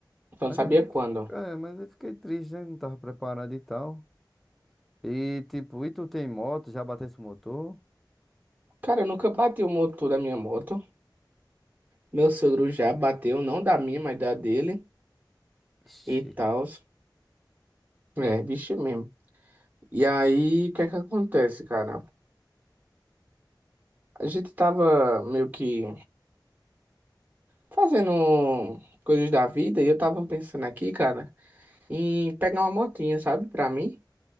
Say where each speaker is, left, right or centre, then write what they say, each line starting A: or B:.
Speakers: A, on the right; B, in the centre.
A: Então,
B: Mas
A: sabia
B: aí fiquei,
A: quando?
B: é, mas eu fiquei triste, né? Não tava preparado e tal. E, tipo, e tu tem moto? Já bateu esse motor?
A: Cara, eu nunca bati o motor da minha moto. Meu sogro já bateu, não da minha, mas da dele
B: Ixi,
A: e tal. É, bicho mesmo. E aí, o que é que acontece, cara? A gente tava meio que fazendo coisas da vida e eu tava pensando aqui, cara, em pegar uma motinha, sabe, pra mim.